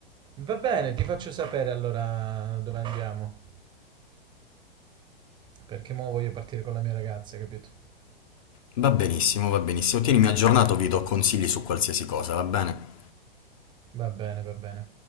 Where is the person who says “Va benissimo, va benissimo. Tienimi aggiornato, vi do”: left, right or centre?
Left